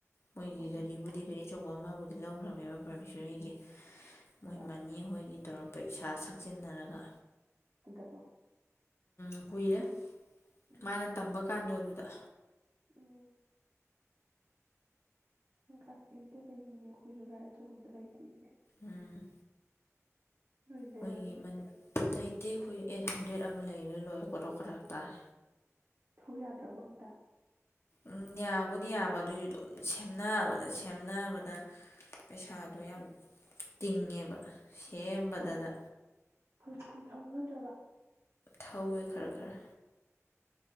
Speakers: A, on the left (about 50°); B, on the right (about 60°).
A: ꯃꯣꯏꯒꯤ
B: ꯎꯝ
A: ꯒꯥꯔꯤꯕꯨꯗꯤ ꯒꯥꯔꯤ ꯑꯆꯧꯕ ꯑꯃꯕꯨꯗꯤ ꯂꯧꯈ꯭ꯔꯃꯦꯕ ꯄꯃꯦꯁꯣꯔꯤꯒꯤ꯫
B: ꯍꯟꯗꯛ
A: ꯃꯣꯏꯃꯅꯤ ꯍꯣꯏꯒꯤ ꯇꯧꯔ ꯄꯩꯁꯥ ꯁꯛꯆꯤꯟꯅꯔꯒ
B: ꯍꯗꯛ ꯋꯥ
A: ꯎ ꯀꯨꯔꯦ
B: ꯎꯝ
A: ꯃꯥꯅ ꯇꯝꯕ ꯀꯥꯟꯗꯣ ꯑꯗꯨ ꯗ
B: ꯎꯝ ꯒꯔꯤ ꯑꯝꯇ ꯂꯩꯅꯤꯡꯉꯦ ꯑꯩꯈꯣꯏꯁꯨ ꯒꯥꯥꯏ ꯑꯆꯧꯕꯝꯗ ꯂꯩꯇꯔꯤꯁꯦ
A: ꯎꯝ
B: ꯅꯣꯏ ꯂꯩꯔꯕꯅꯤꯅ
A: ꯃꯣꯏꯒꯤ ꯂꯩ ꯇꯦ ꯑꯩꯈꯣꯏ ꯑꯩꯠ ꯍꯟꯗ꯭ꯔꯦꯗ ꯑꯃ ꯂꯩꯔ ꯂꯣꯏꯔꯦ ꯀꯔꯣꯛ ꯀꯔꯥꯛ ꯇꯥꯔꯦ
B: ꯊꯧ ꯌꯥꯗ꯭ꯔꯕ ꯑꯝꯇ
A: ꯎꯝ ꯌꯥꯕꯨꯗꯤ ꯌꯥꯕ ꯑꯗꯨꯁꯨ ꯑꯗꯨꯝ ꯁꯦꯝꯅꯕꯗ ꯁꯦꯝꯅꯕꯗ ꯄꯩꯁꯥꯗꯣ ꯌꯥꯝ ꯇꯤꯡꯉꯦꯕ꯫ ꯁꯦꯝꯕꯗꯗ
B: ꯍꯧ ꯍꯧꯖꯤꯛꯇꯤ ꯊꯧꯅꯗ꯭ꯔꯕ
A: ꯊꯧꯋꯦ ꯈꯔ ꯈꯔ